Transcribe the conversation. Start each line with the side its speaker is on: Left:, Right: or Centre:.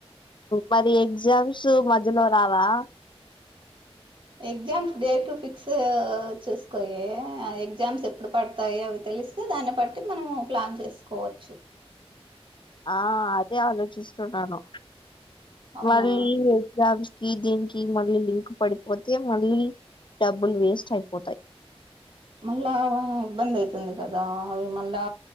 Left: మరి ఎగ్జామ్స్ మధ్యలో రావా
Right: ఎగ్జామ్స్ డేట్లు ఫిక్స్ చూసుకోయే ఎగ్జామ్స్ ఎప్పుడు పడతాయో అవి తెలిస్తే దాన్ని బట్టి మనము ప్లాన్ చేసుకోవచ్చు
Left: ఆ అదే ఆలోచిస్తున్నాను
Right: అవునా
Left: మళ్ళీ ఎగ్జామ్స్ దీనికి మళ్ళీ లింక్ పడిపోతే మళ్ళీ డబ్బులు వేస్ట్ అయిపోతాయి
Right: మల్ల ఇబ్బందితంది కదా అవి మళ్ళా